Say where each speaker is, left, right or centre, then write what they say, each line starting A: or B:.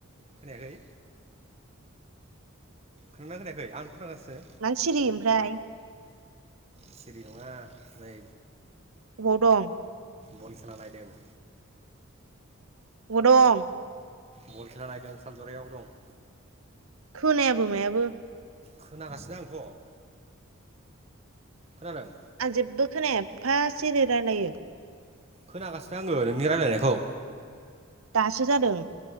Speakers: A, on the right; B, on the right.
A: खोनायाखै? खोनादोंना खोनायाखै आं खोनागासिनो
B: मानो सिरि ओमफ्राय?
A: सिरि नङा नै
B: बबाव दं?
A: बल खेला नायदों।
B: अबाव दं?
A: बल खेला नायदों सनजरायाव दं।
B: खोनायाबो मायाबो
A: खोनागासिनो आंथ खोनादों
B: आं जेबबो खोनाया एफा सिरि रायलायो
A: खोनागासिनो आंङो नोंनि रायलायनायखौ
B: दासो जादों